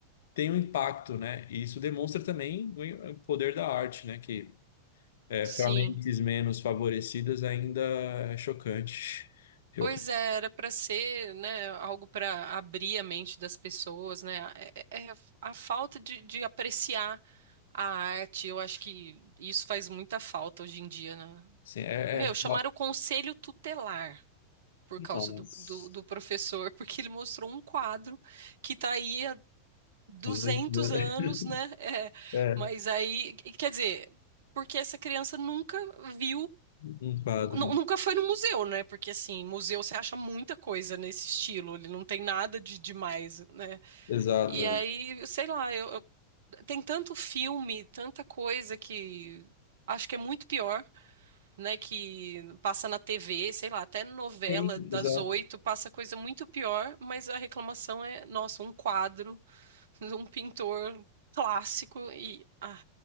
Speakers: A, on the left (about 60°); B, on the right (about 60°).
A: tem um impacto, né? E isso demonstra também o poder da arte, né? Que é,
B: sim.
A: para mentes menos favorecidas ainda é chocante. <laughs> Eu,
B: Pois é, era para ser, né, algo para abrir a mente das pessoas, né? É, é é a falta de, de apreciar a arte, eu acho que isso faz muita falta hoje em dia, né?
A: assim, é,
B: Meu,
A: é...
B: chamaram o conselho tutelar por
A: Nossa,
B: causa do, do, do professor, <laughs> porque ele mostrou um quadro que tá aí há 200
A: 200, né?
B: anos,
A: <laughs>
B: né? É,
A: É,
B: mas aí, quer dizer, porque essa criança nunca viu
A: um quadro.
B: Nu- Nunca foi no museu, né? Porque assim, museu você acha muita coisa nesse estilo, ele não tem nada de demais, né?
A: Exato.
B: E
A: é.
B: aí, sei lá, eu, eu- tem tanto filme, tanta coisa que acho que é muito pior, né? Que passa na TV, sei lá, até novela
A: Tem,
B: das
A: exato.
B: oito passa coisa muito pior, mas a reclamação é, nossa, um quadro, <laughs> um pintor clássico e ah,